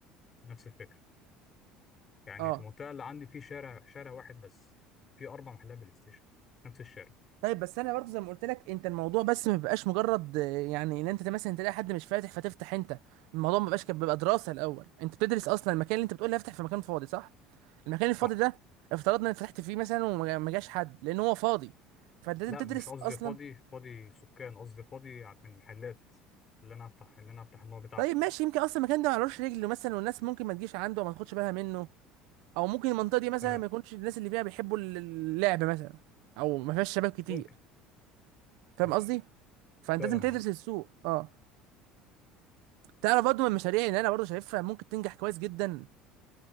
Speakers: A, on the left (about 25°); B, on the right (about 75°).
A: نفس الفكره يعني
B: اه
A: في المنطقه اللي عندي في شارع شارع واحد بس في اربع محلات بلاي ستيشن نفس الشارع
B: طيب بس انا برضو زي ما قلت لك انت الموضوع بس ما بيبقاش مجرد آه، يعني ان انت مثلا تلاقي حد مش فاتح فتفتح انت الموضوع ما بيبقاش كده، بيبقى دراسه الاول انت بتدرس اصلا المكان اللي انت بتقول لي افتح في مكان فاضي صح المكان الفاضي
A: صح
B: ده افترضنا ان فتحت فيه مثلا وما ما جاش حد لان هو فاضي فانت لازم
A: لا
B: تدرس
A: مش قصدي
B: اصلا
A: فاضي فاضي سكان قصدي فاضي من المحلات اللي انا افتح اللي انا افتح النوع بتاعها
B: طيب ماشي يمكن اصلا المكان ده معلوش رجل مثلا والناس ممكن ما تجيش عنده وما تاخدش بالها منه او ممكن المنطقه دي مثلا
A: تمام
B: ما يكونش الناس اللي فيها بيحبوا اللعب مثلا او ما فيهاش شباب كتير
A: ممكن
B: فاهم
A: ماشي
B: قصدي فانت
A: فاهم
B: لازم تدرس
A: اه
B: السوق اه تعرف برضه من المشاريع اللي انا برضه شايفها ممكن تنجح كويس جدا